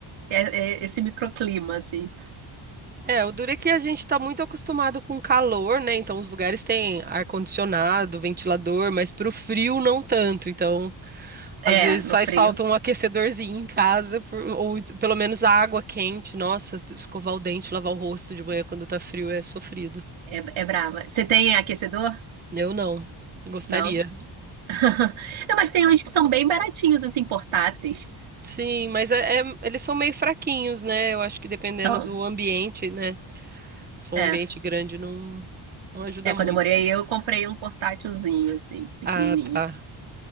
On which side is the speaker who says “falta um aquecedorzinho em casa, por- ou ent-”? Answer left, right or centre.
Right